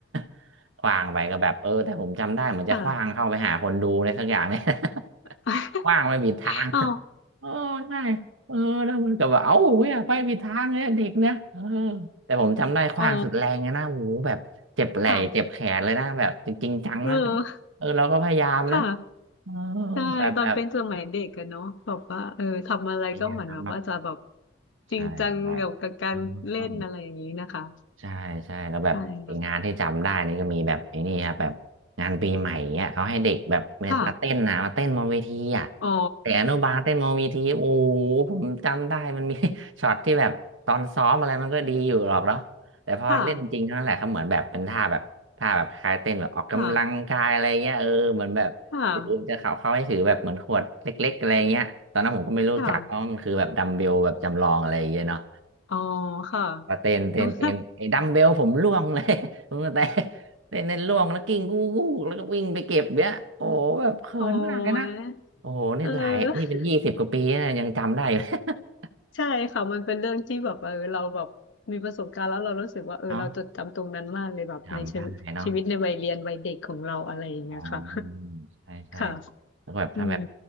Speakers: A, on the right; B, on the left.
A: <laughs> ขว้างไปก็แบบเออแต่ผมจำได้เหมือนจะขว้างเข้าไปหาคนดูในสักอย่างเนี่ย
B: ค่ะ <laughs> <laughs>
A: <laughs> ขว้างไปผิดทาง
B: อ๋อ
A: เออใช่เออแล้วมันก็แบบเอ้าเว้ยไปผิดทางเนี่ยเด็กเนี่ยเออแต่ผมจำได้ขว้างสุดแรงเลยนะโอ้โหแบบเจ็บไหล่เจ็บแขนเลยนะแบบจริงๆจังนะ
B: อ๋อ ค่ะเออ
A: เออเราก็พยายามนะ
B: ค่ะ
A: เออ
B: ใช่ตอนเป็นสมัยเด็กกันเนาะแบบว่าเออทำอะไรก็เหมือนแบบว่าจะแบบ
A: แบบแบบพยายามเนาะ
B: จริงจังเกี่ยวกับการเล่นอะไรอย่างนี้นะคะ
A: ใช่ใช่ ใช่ใช่แล้วแบบงานที่จำได้นี่ก็มีแบบไอ้นี่ครับแบบงานปีใหม่เนี้ยเขาให้เด็กแบบมาเต้นนะมาเต้นบนเวทีอ่ะ
B: ใช่ค่ะค่ะอ๋อ
A: แต่อนุบาลเต้นบนเวทีโอ้โหผมจำได้มันมี <laughs> ช็อตที่แบบตอนซ้อมอะไรมันก็ดีอยู่หรอกเนาะแต่พอเล่นจริงเท่านั้นแหละเขาเหมือนแบบเป็นท่าแบบท่าแบบคล้ายเต้นแบบออกกำลังกายอะไรเงี้ยเออเหมือนแบบถือจะเขาเขาให้ถือแบบเหมือนขวดเล็กๆอะไรเงี้ยตอนนั้นผมก็ไม่รู้จักว่ามันคือแบบดัมเบลแบบจำลองอะไรเงี้ยเนาะ
B: ค่ะค่ะค่ะค่ะอ๋อค่ะ
A: มาเต้นเต้นเต้นไอ้ดัมเบลผมร่วงเลย
B: <laughs>
A: <laughs> ผมแต่เต้นเต้นร่วงแล้วกิ้งกู้กู้แล้วก็วิ่งไปเก็บเนี้ยโอ้โหแบบเขินมากเลยนะ
B: โอ๋อ
A: โอ้โหนี่หลายนี่เป็นยี่สิบกว่าปีนะยังจำได้เลย
B: เออ
A: <laughs>
B: ใช่ค่ะมันเป็นเรื่องที่แบบเออเราแบบมีประสบการณ์แล้วเรารู้สึกว่าเออเราจดจำตรงนั้นมากเลยแบบในชีวิตชีวิตในวัยเรียนวัยเด็กของเราอะไรอย่างเงี้ยค่ะ
A: เนาะจำได้เนาะ อ๋อใช่ใช่
B: <laughs> ค่ะ
A: แล้วก็แบบถ้าแบบ
B: อืม